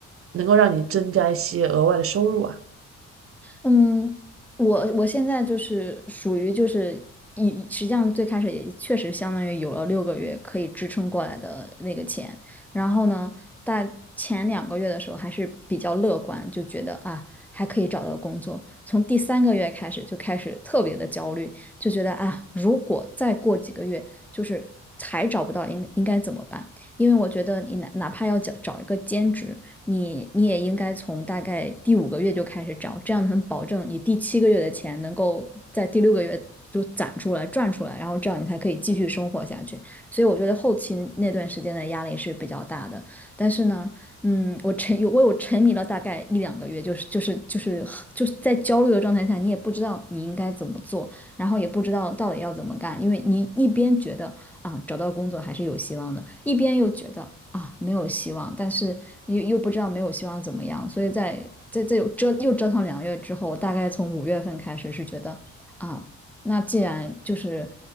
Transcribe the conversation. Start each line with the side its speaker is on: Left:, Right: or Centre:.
Right: 能够让你增加一些额外的收入啊？
Centre: 嗯，我我现在就是属于就是以实际上最开始也确实相当于有了六个月可以支撑过来的那个钱，然后呢，但前两个月的时候还是比较乐观，就觉得啊还可以找到工作，从第三个月开始就开始特别的焦虑，就觉得啊如果再过几个月就是还找不到应应该怎么办？因为我觉得你哪哪怕要找找一个兼职。你你也应该从大概第五个月就开始找，这样能保证你第七个月的钱能够在第六个月就攒出来赚出来，然后这样你才可以继续生活下去。所以我觉得后期那段时间的压力是比较大的，但是呢，嗯，我沉有我有沉迷了大概一两个月，就是就是就是就是在焦虑的状态下，你也不知道你应该怎么做。然后也不知道到底要怎么干，因为你一边觉得啊找到工作还是有希望的，一边又觉得啊没有希望，但是又又不知道没有希望怎么样，所以在在这又折又折腾两个月之后，我大概从五月份开始是觉得啊，那既然就是